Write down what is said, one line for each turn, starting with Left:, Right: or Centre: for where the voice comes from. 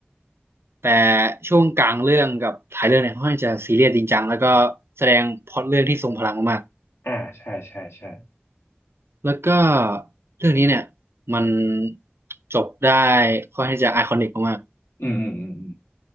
Right: แต่ช่วงกลางเรื่องกับท้ายเรื่องเนี่ยค่อนข้างจะซีเรียสจริงจังแล้วก็แสดงพล็อตเรื่องที่ทรงพลังมาก
Left: อ่าใช่ใช่ใช่
Right: ๆแล้วก็เรื่องนี้เนี่ยมันจบได้ค่อนข้างที่จะไอคอนิกมากๆ
Left: อืมอืมอืมอื